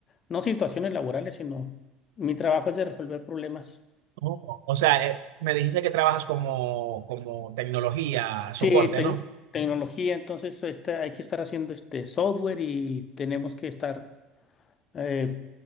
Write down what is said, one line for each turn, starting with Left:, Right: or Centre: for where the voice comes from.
Left: no situaciones laborales, sino mi trabajo es de resolver problemas.
Right: Oh, o sea, eh, me dijiste que trabajas como, como tecnología, soporte,
Left: Sí, tec-
Right: ¿no?
Left: tecnología, entonces este, hay que estar haciendo este software y tenemos que estar eh,